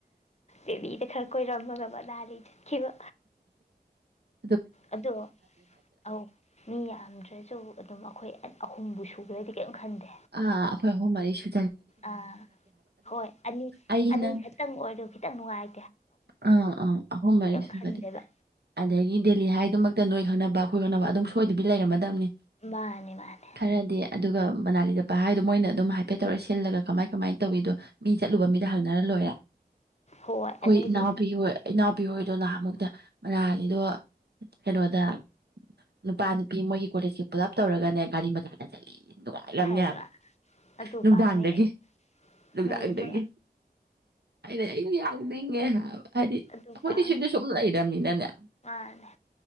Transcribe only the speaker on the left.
ꯗꯦꯕꯤꯗ ꯈꯔ ꯀꯣꯏꯔꯝꯃꯒ ꯃꯅꯥꯗ ꯆꯠꯈꯤꯕ
ꯑꯗꯣ ꯑꯧ ꯃꯤ ꯌꯥꯝꯗ꯭ꯔꯁꯨ ꯑꯗꯨꯝ ꯑꯩꯈꯣꯏ ꯑꯍꯨꯝꯕꯨ ꯁꯨꯨꯔ꯭ꯔꯗꯤ ꯀꯔꯤꯝ ꯈꯟꯗꯦ
ꯑꯥ ꯍꯣꯏ ꯑꯅꯤ
ꯑꯅꯤ
ꯈꯛꯇꯪ ꯑꯣꯏꯔꯗꯣ ꯈꯤꯇꯪ ꯅꯨꯡꯉꯥꯏ
ꯈꯟꯗꯦꯕ
ꯃꯥꯅꯦ ꯃꯥꯅꯦ
ꯍꯣꯏ
ꯑꯗꯩꯗꯤ
ꯍꯥꯏꯕ꯭ꯔꯥ
ꯑꯗꯨ
ꯄꯥꯝꯃꯦ ꯑꯩ
ꯅꯩꯗ꯭ꯔꯣ
ꯑꯗꯨ
ꯄꯥꯝꯃꯦ
ꯃꯥꯅꯦ